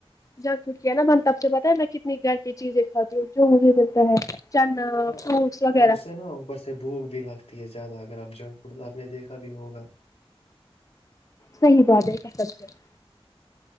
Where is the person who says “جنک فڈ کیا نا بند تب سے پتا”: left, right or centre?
Left